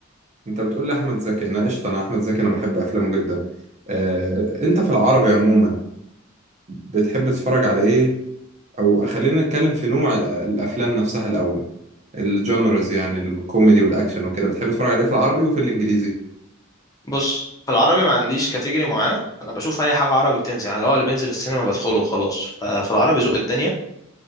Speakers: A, on the right; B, on the left.
A: انت بتقول لي احمد زكي انا قشطه انا احمد زكي انا بحب افلامه جدا آه، انت في العربي عموما بتحب تتفرج على ايه او خلينا نتكلم في نوع ال- الافلام نفسها الاول الجانرز يعني الكوميدي والاكشن وكده بتحب تتفرج على ايه في العربي وفي الانجليزي
B: بص في العربي ما عنديش كاتيجوري معينه انا بشوف اي حاجه عربي بتنزل يعني اللي هو اللي بينزل السينما بدخله وخلاص ففي العربي ذوق الدنيا